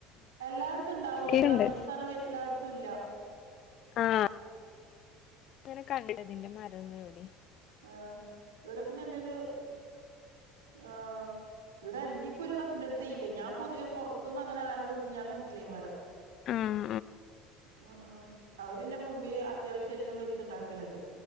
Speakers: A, on the right; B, on the left.
A: എല്ലായിടത്തും ഇണ്ടാവൂല
B: ക്കെണ്ട്
A: അതാ നീക്ക് സാധനം എല്ലായിടത്തും ഇല്ല -
B: ആഹ് അങ്ങനെ കണ്ടിട്ടതിന്റെ മരംന്ന് എവിടെ
A: ആഹ ഇവിടെ പിന്നെ എന്റെ ഒരു ആഹ ഇവിടെ എന്റെ ഇപ്പൊ ഒരു കസിന്റെറടുത്തല്ല ഞൻ പൊതുവേ പുറത്തന്നന്ന് അങ്ങന ആര വീട്ടില് ഞാ കിട്ടില്ലേ് ഈ മരം
B: ആഹ
A: ഉം ഉം അവര്ന്നെ മുമ്പേ അത്യാവശ്യം എല്ലാം വെച്ച ഉണ്ടാക്കലുണ്ട്